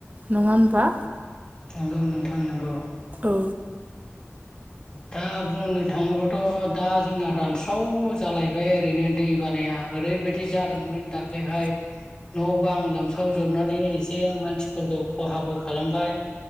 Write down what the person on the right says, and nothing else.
नङा ओमबा
ओ